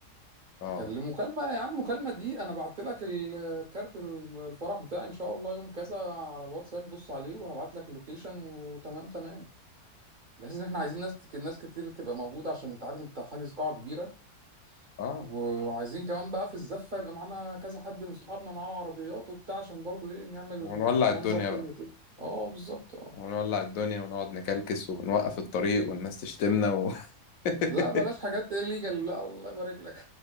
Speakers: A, on the left; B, on the right.
A: <laughs> اه
B: تكلم مكالمة يا عم مكالمة دي أنا بعت لك الكارت الفرح بتاعي إن شاء الله يوم كذا على الواتساب بص عليه وهبعت لك اللوكيشن وتمام تمام بحيث إن إحنا عايزين ناس ناس كتير تبقى موجودة عشان أنت عارف أنت حاجز قاعة كبيرة
A: اه
B: وعايزين كمان بقى في الزفة يبقى معانا كذا حد من صحابنا معاه عربيات وبتاع عشان برضو إيه نعمل
A: ونولع
B: منظر
A: الدنيا بقى
B: حلو كده أه بالظبط أه
A: ونولع الدنيا ونقعد نكلكس ونوقف الطريق والناس تشتمنا و... <laughs>
B: لا بلاش حاجات الليجال لا الله يبارك لك